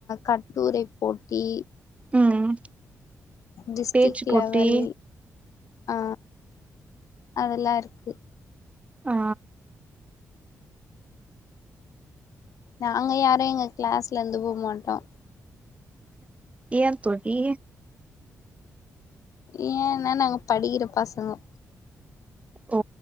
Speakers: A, on the left (about 65°); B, on the right (about 20°).
A: கட்டுரைப் போட்டி
B: ம்
A: டிஸ்டிக்
B: பேச்சு போட்டி
A: லெவல் ஆ அதெல்லா இருக்கு
B: ஆ
A: நாங்க யாரு எங்க க்ளாஸ்லருந்து போ மாட்டோ
B: ஏன் தோழி
A: ஏன்னா நாங்க படிக்கிற பசங்கோ
B: ஓ